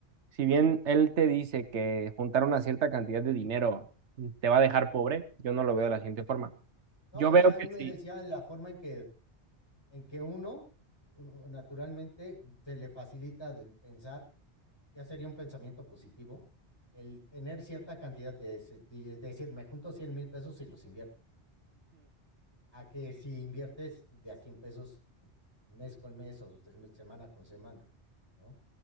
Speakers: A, on the right; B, on the left.
A: Si bien él te dice que juntar una cierta cantidad de dinero te va a dejar pobre, yo no lo veo de la siguiente forma.
B: No,
A: Yo
B: o
A: veo
B: sea, él
A: que
B: me
A: sí.
B: decía la forma en que, en que uno uno naturalmente se le facilita el pensar, ya sería un pensamiento positivo, el tener cierta cantidad de, ese- de decir, me junto cien mil pesos y los invierto. a que si inviertes de a 100 pesos mes con mes o se- semana con semana, ¿no?